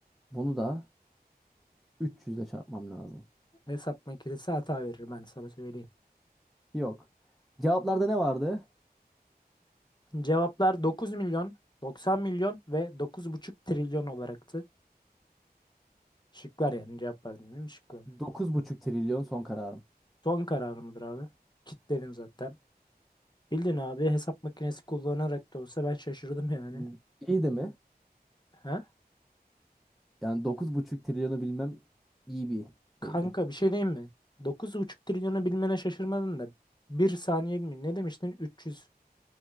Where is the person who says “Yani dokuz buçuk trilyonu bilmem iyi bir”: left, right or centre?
Centre